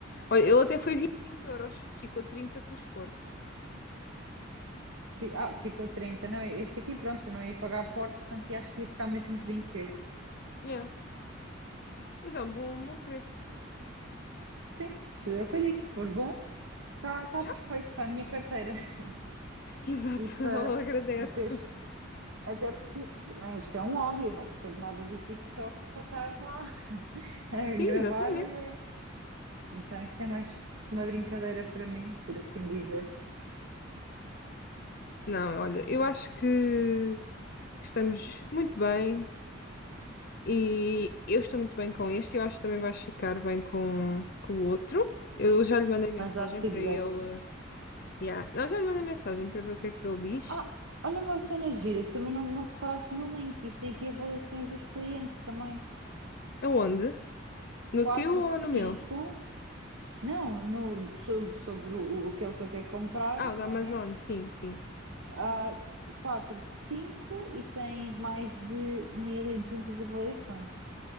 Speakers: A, on the left; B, on the right.
A: Olha, ele até foi 25 euros, ficou trinta com os portos.
B: Fi- Ah, ficou trinta, Não, este aqui, pronto, eu não ia pagar portos, portanto, e acho que ia ficar mesmo os 28.
A: Yeah. Mas é um bom, um bom preço.
B: Sim, se eu que digo, se for bom, está tá
A: Yeah.
B: tá perfeito para a minha carteira <laughs>
A: Exato,
B: e para,
A: <laughs> ela agradece.
B: e para este Até porque né, isto é um hobby, eu não recebo nada do TikTok para estar lá <laughs> a
A: Sim,
B: gravar.
A: exatamente.
B: eh, Então isto é mais uma brincadeira para mim, por assim dizer.
A: Não, olha, eu acho que estamos muito bem e eu estou muito bem com este. Eu acho que também vais ficar bem com, com o outro. Eu já lhe mandei mensagem
B: Mas dá feedback.
A: para ele. eh, Yeah. Não, já lhe mandei mensagem para ver o que é que ele diz.
B: Ah, olha uma cena gira, tu também não, não reparaste no link. Isto tem aqui avaliações dos clientes também.
A: Aonde? No
B: quatro
A: teu
B: de
A: ou
B: cinco
A: no meu?
B: Não, no, sobre, sobre o, o- aquele que eu quero comprar,
A: Ah, o da
B: não
A: Amazon,
B: é?
A: sim, sim.
B: Ah, 4 de 5 e tem mais de 1200 avaliações.